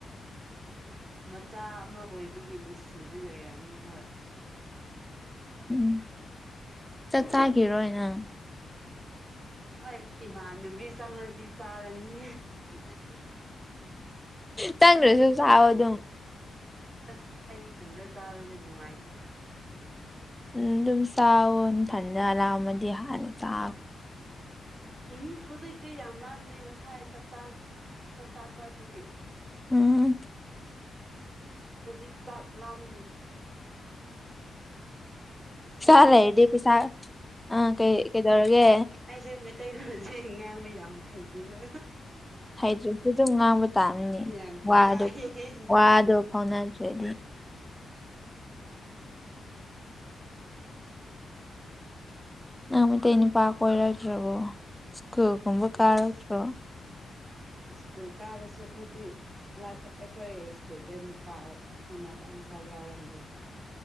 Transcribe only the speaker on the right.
ꯃꯆꯥ ꯑꯃ ꯑꯣꯏꯕꯒꯤ ꯅꯨꯡꯁꯤꯕꯒꯤ ꯑꯣꯏꯔꯝꯅꯤ ꯍꯣꯏ
ꯍꯣꯏ ꯏꯃꯥꯟꯅꯕꯤ ꯆꯪꯂꯗꯤ ꯆꯥꯔꯅꯤ
ꯑꯁ ꯑꯩ ꯏꯊꯟꯗ ꯆꯥꯕꯖꯦ ꯅꯨꯡꯉꯥꯏꯇꯦꯕ
ꯎꯝ ꯍꯧꯖꯤꯛꯇꯤ ꯌꯥꯝ ꯂꯥꯝꯗꯦ ꯉꯁꯥꯏ ꯆꯥꯛꯆꯥꯔꯛ ꯆꯥꯛꯆꯔꯛꯄ꯭ꯔꯥ ꯑꯗꯨꯒꯤ
ꯍꯧꯖꯤꯛ ꯆꯥꯛ ꯂꯥꯝꯗꯦ ꯑꯁ
ꯑꯩꯁꯦ
ꯃꯤꯇꯩ
ꯑꯩꯁꯦ ꯃꯩꯇꯩꯂꯣꯟꯁꯦ ꯉꯥꯡꯕ ꯌꯥꯝ ꯍꯩꯇꯦꯗ
ꯌꯥꯝ
ꯏꯀꯥꯏꯌꯦ
ꯑꯁ ꯁ꯭ꯀꯨꯜ ꯀꯥꯔꯁꯨ ꯑꯈꯣꯏꯗꯤ ꯂꯥꯏꯈꯣꯏ ꯑꯩꯈꯣꯏ ꯁ꯭ꯀꯨꯜꯗꯩ ꯅꯨꯄꯥ ꯑ ꯑꯈꯪꯅꯕ ꯑꯃꯐꯥꯎ ꯌꯥꯎꯔꯝꯗꯦ